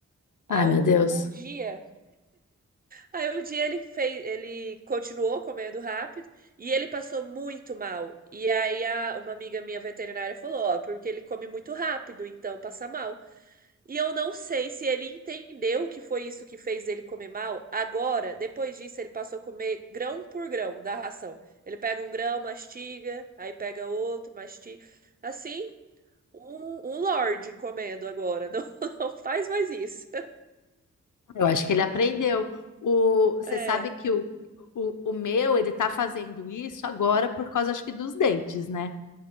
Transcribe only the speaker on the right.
Aí
um, um dia Aí um dia ele fez, ele continuou comendo rápido e ele passou muito mal. E aí a- uma amiga minha veterinária falou, ó, porque ele come muito rápido, então passa mal. E eu não sei se ele entendeu que foi isso que fez ele comer mal. Agora, depois disso, ele passou a comer grão por grão da ração. Ele pega um grão, mastiga, aí pega outro, mastiga. Assim, um, um lorde comendo agora. <laughs> Não, não faz mais isso.
É,